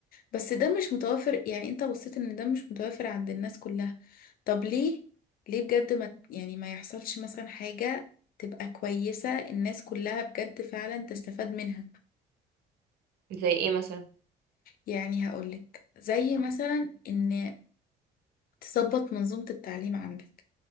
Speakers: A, on the left; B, on the right.
A: بس ده مش متوافر يعني انت بصيت ان ده مش متوافر عند الناس كلها طب ليه ليه بجد ما يعني ما يحصلش مثلا حاجة تبقى كويسة الناس كلها بجد فعلا تستفاد منها
B: زي ايه مثلا
A: يعني هقولك زي مثلا ان تظبط منظومة التعليم عندك